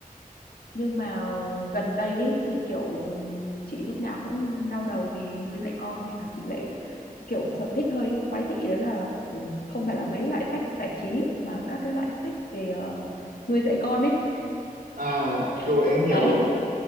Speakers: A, on the left; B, on the right.
A: nhưng mà gần đây ấy, thì kiểu chị lúc nào cũng đau đầu vì nuôi dạy con nên là chị lại kiểu sở thích hơi quái dị đó là không phải là mấy loại sách giải trí mà các cái loại sách về ờ, nuôi dạy con ấy
B: À, rồi
A: <laughs>
B: em hiểu
A: đấy